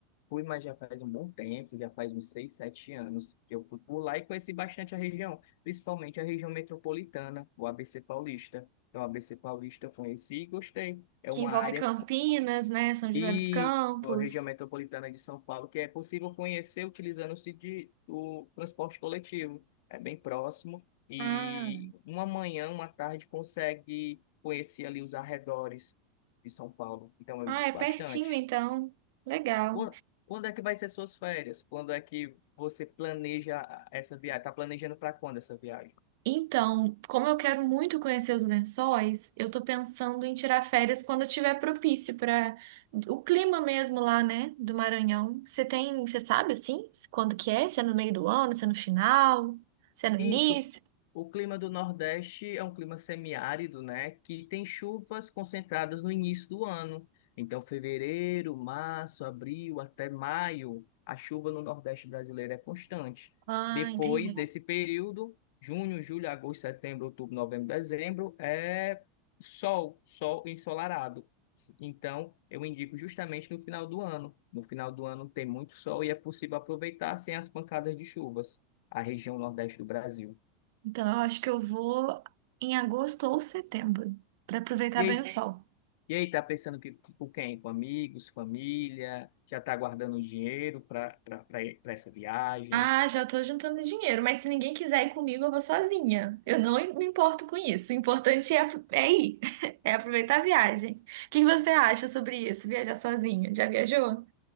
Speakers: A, on the left; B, on the right.
A: fui, mas já faz um bom tempo, já faz uns seis, sete anos que eu fui por lá e conheci bastante a região, principalmente a região metropolitana, o ABC Paulista. Então, a ABC Paulista eu conheci e gostei. É
B: que
A: uma
B: envolve
A: área
B: Campinas, né? São José
A: e
B: dos Campos.
A: a região metropolitana de São Paulo, que é possível conhecer utilizando-se de o transporte coletivo. É bem próximo e
B: Ah,
A: uma manhã, uma tarde consegue conhecer ali os arredores de São Paulo. Então eu
B: ah,
A: digo
B: é
A: bastante.
B: pertinho então. Legal.
A: Quan- Quando é que vai ser suas férias? Quando é que você planeja essa viagem? Está planejando para quando essa viagem?
B: Então, como eu quero muito conhecer os Lençóis, eu tô pensando em tirar férias quando tiver propício para o clima mesmo lá, né, do Maranhão. Você tem, você sabe assim, quando que é? Se é no meio do ano, se é no final, se é no
A: Isso.
B: início?
A: O clima do Nordeste é um clima semiárido, né? Que tem chuvas concentradas no início do ano. Então, fevereiro, março, abril, até maio, a chuva no Nordeste brasileiro é constante.
B: Ah,
A: Depois
B: entendi.
A: desse período, junho, julho, agosto, setembro, outubro, novembro, dezembro, é sol, sol ensolarado. Então, eu indico justamente no final do ano. No final do ano tem muito sol e é possível aproveitar sem as pancadas de chuvas a região Nordeste do Brasil.
B: Então, eu acho que eu vou em agosto ou setembro, para aproveitar
A: E aí,
B: bem o sol.
A: e aí tá pensando que, com quem? Com amigos, família? Já tá guardando dinheiro para para essa viagem?
B: Ah, já tô juntando dinheiro, mas se ninguém quiser ir comigo, eu vou sozinha. Eu não me importo com isso. O importante é, é ir, <laughs> é aproveitar a viagem. O que que você acha sobre isso? Viajar sozinho? Já viajou?